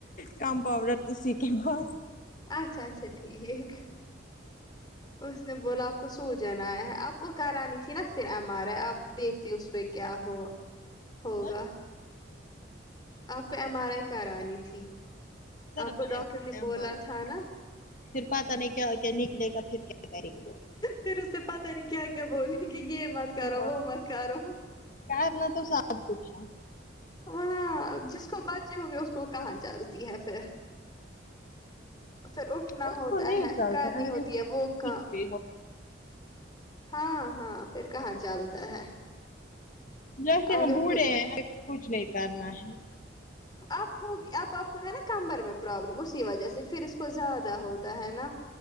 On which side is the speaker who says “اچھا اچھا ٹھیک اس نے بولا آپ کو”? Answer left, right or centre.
Left